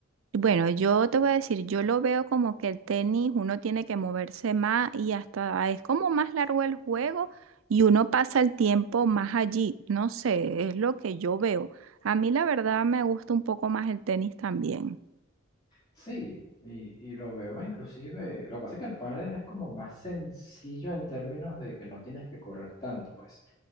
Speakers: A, on the right; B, on the left.
A: Bueno, yo te voy a decir, yo lo veo como que el tenis uno tiene que moverse más y hasta es como más largo el juego y uno pasa el tiempo más allí. No sé, es lo que yo veo. A mí la verdad me gusta un poco más el tenis también.
B: Sí, y, y lo veo inclusive, lo que pasa es que el pádel es como más sencillo en términos de que no tienes que correr tanto, pues.